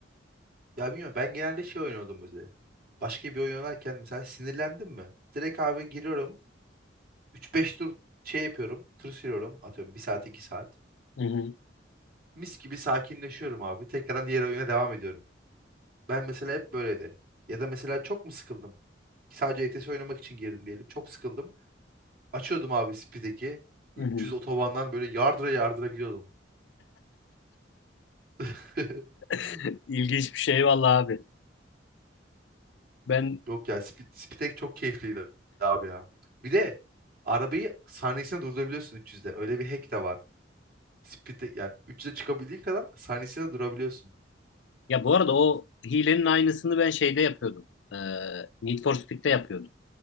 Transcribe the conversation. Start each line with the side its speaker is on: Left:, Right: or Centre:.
Right: Ya bilmiyorum ben genelde şey oynuyordum mesela. Başka bir oyun oynarken mesela sinirlendim mi? Direkt abi giriyorum. 3-5 tur şey yapıyorum. Tur sürüyorum. Atıyorum bir saat 2 saat.
Left: Hı hı,
Right: Mis gibi sakinleşiyorum abi. Tekrardan diğer oyuna devam ediyorum. Ben mesela hep böyleydi. Ya da mesela çok mu sıkıldım? Sadece ETS oynamak için girdim diyelim. Çok sıkıldım. Açıyordum abi Speed'deki. 300
Left: hı hı.
Right: otobandan böyle yardıra yardıra gidiyordum. <laughs>
Left: <laughs> İlginç bir şey vallahi abi. Ben
Right: Yok ya Speed, Speed'deki çok keyifliydi abi ya. Bir de arabayı saniyesine durdurabiliyorsun 300'de. Öyle bir hack de var. Speed'de yani 300'e çıkabildiği kadar saniyesine durabiliyorsun.
Left: ya bu arada o hilenin aynısını ben şeyde yapıyordum. E, Need for Speed'de yapıyordum.